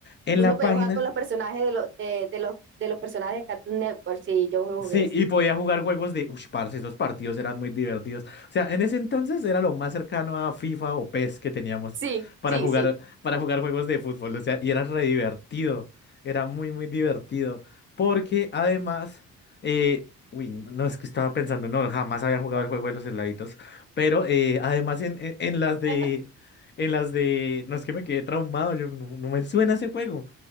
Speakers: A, on the left (about 40°); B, on the right (about 40°).
A: en
B: Uno
A: la
B: podía
A: página.
B: jugar con los personajes de, los de, de los, de los personajes de Cartoon Network, sí, yo lo
A: Sí,
B: jugué, sí.
A: y podía jugar juegos de... Ush, parce, esos partidos eran muy divertidos. O sea, en ese entonces era lo más cercano a FIFA o PES que teníamos
B: Sí,
A: para
B: sí,
A: jugar,
B: sí.
A: para jugar juegos de fútbol. O sea, y era re divertido. Era muy, muy divertido. Porque además... eh, uy, no no, es que estaba pensando, no, jamás había jugado el juego de los heladitos. Pero eh, además en, en, en las de...
B: <laughs>
A: En las de... No es que me quedé traumado, yo no, no me suena ese juego.